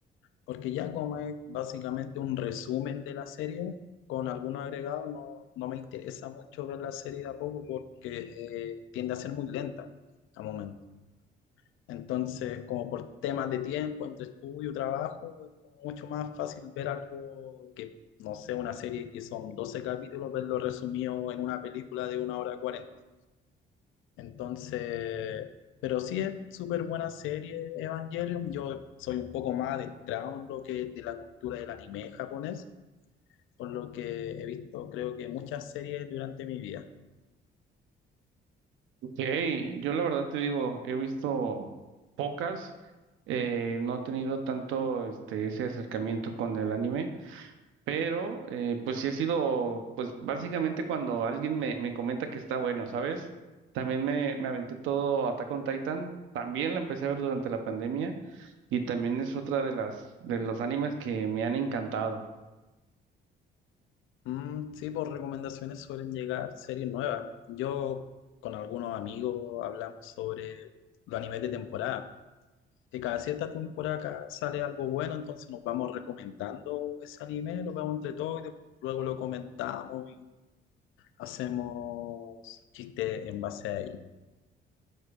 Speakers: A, on the left; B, on the right.
A: Porque ya como es básicamente un resumen de la serie, con algún agregado, no, no me interesa mucho ver la serie de a poco porque eh, tiende a ser muy lenta al momento. Entonces, como por temas de tiempo, entre estudio, trabajo, es como mucho más fácil ver algo que, no sé, una serie que son 12 capítulos, verlo resumido en una película de una hora cuarenta. Entonces, pero sí es súper buena serie Evangelion. Yo soy un poco más adentrado en lo que es de la cultura del anime japonés, por lo que he visto creo que muchas series durante mi vida.
B: Hey, yo la verdad te digo, he visto pocas, eh, no he tenido tanto este, ese acercamiento con el anime, pero eh, pues sí ha sido, pues básicamente cuando alguien me, me comenta que está bueno, ¿sabes? También me, me aventé todo Attack on Titan, también la empecé a ver durante la pandemia y también es otra de las, de los animes que me han encantado.
A: Mm, sí, por recomendaciones suelen llegar series nuevas. Yo con algunos amigos hablamos sobre los animes de temporada. Que cada cierta temporada acá sale algo bueno, entonces nos vamos recomendando ese anime, lo vemos entre todos y después luego lo comentamos hacemos chistes en base a ello.